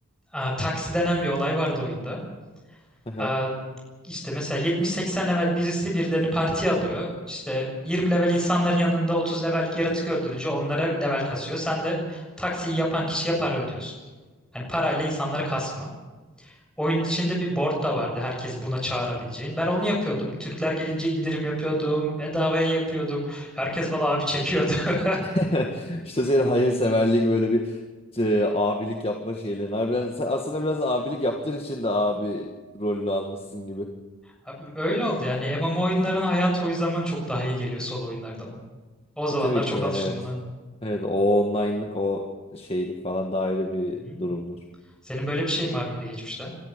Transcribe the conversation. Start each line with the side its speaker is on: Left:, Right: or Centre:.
Centre: aa, taksi denen bir olay vardı oyunda.
Left: Aha.
Centre: Aa, işte mesela 70-80 level birisi birilerini partiye alıyor. İşte 20 level insanların yanında 30 levellik yaratık öldürünce onlara level kasıyor. Sen de taksiyi yapan kişiye para ödüyorsun. Hani parayla insanları kasma. Oyunun içinde bir board da vardı herkes buna çağırabileceğin. Ben onu yapıyordum. Türkler gelince indirim yapıyordum. Bedavaya yapıyordum. Herkes bana abi çekiyordu. <laughs>
Left: <laughs> İşte senin hayırseverlik böyle bir e, abilik yapma şeylerin. Harbiden sen aslında biraz da abilik yaptığın için de abi rolünü almışsın gibi.
Centre: Abi öyle oldu yani. MMO oyunların hayatı o zaman çok daha iyi geliyor solo oyunlardan. O zamanlar
Left: E tabii
Centre: çok
Left: ki yani
Centre: alıştım
Left: evet.
Centre: buna.
Left: Evet o online'lık o şeylik falan da ayrı bir
Centre: Hı hı.
Left: durumdur.
Centre: Senin böyle bir şeyin var mıydı geçmişte?